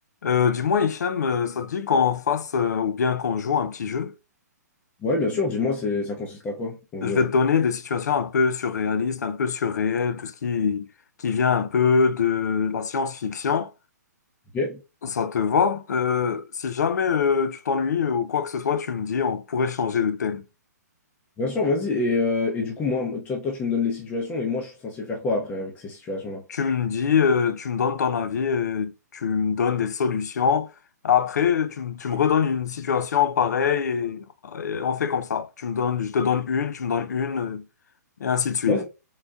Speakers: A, on the left; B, on the left.
A: Euh, dis-moi, Hicham, euh, ça te dit qu'on fasse euh, ou bien qu'on joue un petit jeu?
B: Ouais, bien sûr, dis-moi, c'est, ça consiste à quoi, ton
A: Je
B: jeu
A: vais
B: là?
A: te donner des situations un peu surréalistes, un peu surréelles, tout ce qui, qui vient un peu de la science-fiction.
B: Ok?
A: Ça te va? Euh, si jamais euh, tu t'ennuies ou quoi que ce soit, tu me dis, on pourrait changer de thème.
B: Bien sûr, vas-y. Et, euh, et du coup, moi, toi, toi, tu me donnes les situations et moi, je suis censé faire quoi après avec ces situations-là?
A: Tu me dis, euh, tu me donnes ton avis, euh, tu me donnes des solutions. Après, tu, me- tu me redonnes une situation pareille et, et on fait comme ça. Tu me donnes, je te donne une, tu me donnes une, euh, et ainsi de suite.
B: Vas-y.